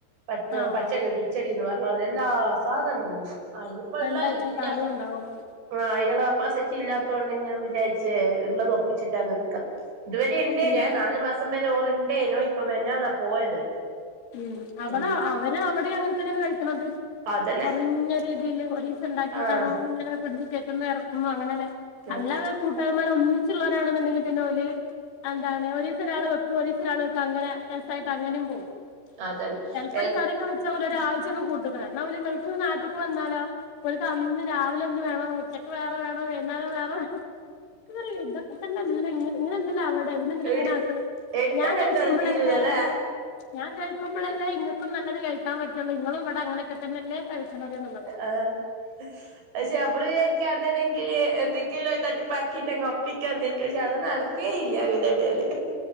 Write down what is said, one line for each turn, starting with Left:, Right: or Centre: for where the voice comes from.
Right: പ
Left: ആഹ്
Right: പച്ചടിയോ കി ചെടിന്ന് പറഞ്ഞോലേ എല്ലാ സാധനുംമാണം അയ്നിപ്പ്ള്ള
Left: രണ്ടയിറ്റം
Right: ഇതില്ല.
Left: കറിയും ഉണ്ടാവും
Right: ആ അയ്നുള്ള കപ്പാസിറ്റി ഇല്ലാത്തോണ്ട് ഞാ വിചാരിച്ചേ ഇള്ളതോപ്പിച്ചിട്ടാണ് ഒത്ക്ക. ഇതുവരെ ഇണ്ടേനേ
Left: അല്ല
Right: നാല് മാസം വരെ ഓർ ഇണ്ടേനു ഇപ്പം മിനിഞ്ഞാന്ന പോയത്.
Left: ഉം അവടെ
Right: ഉം
Left: അവര് അവിടിം അങ്ങൻതന്നെണ് കഴിക്ക്ണത്
Right: അതന്നെ
Left: കൊറഞ്ഞ രീതിയില് ഒരീ സണ്ടാകീട്ട്
Right: ആഹ്
Left: അങ്ങനെ ഫിഡ്ജി കേറ്റുന്നു എർക്കുന്നു അങ്ങനെന്നേ
Right: ആഹ്
Left: അല്ല കൂട്ടാമാരോന്നിച്ചുള്ളോരാണെന്ന്ണ്ങ്കി പിന്നെ ഓല് എന്താണ് ഒരീസൊരാള് വെക്കും ഒരീസൊരാൾ വെക്കും അങ്ങനെ രസായിട്ട് അങ്ങനിം പോകും.
Right: അതന്നെ
Left: ചെൽപ്പോ
Right: എ
Left: ഒരു കറിയക്കെ വെച്ചാ ഓലോരാഴ്ച്ചക്കെ കൂട്ട്ത്രേ ഇന്നാ പിന്നെ ഓല് ഗൾഫിന്ന് നാട്ട്ക്ക് വന്നാലോ. ഒൽക്കന്ന് രാവിലെ ഒന്ന് വേണം ഉച്ചക്ക് വേറെ വേണം വൈന്നേരം വേറെ വേണം ഞാനറിം ഇതൊക്കെ തല്ലെ ഇങ്ങട്ട് ഇങ്ങനെല്ലല്ലോ അവിടെ പിന്നെന്തിനാ ഇങ്ങനാക്ക്ണ്
Right: എടു എടുത്താൽ
Left: ഞാകഴിക്കുമ്പളല്ലേ
Right: എടുത്താൽ തീരൂലല്ലേ
Left: ഞാൻ കയ് കുമ്പോളല്ലേ ഇങ്ങക്കും നല്ലത് കഴിക്കാപറ്റ് ഒള്ളൂ ഇങ്ങളും ഇവടെ അങ്ങനോക്കേ തന്നെല്ലേ കഴിക്ക്ണന്നത് എന്ന്ള്ളതാണ്
Right: ആഹ്‌ പക്ഷേ അമ്മള് വിജാരിക്കും അന്നല്ലെങ്കില് എന്തെങ്കിലൊക്കെ തട്ടിപ്പാക്കിട്ട് അ ഒപ്പിക്കാന്ന് വിജാരിക്കും പക്ഷെ അത് നട കേല്ല്യ ഇവരടേല്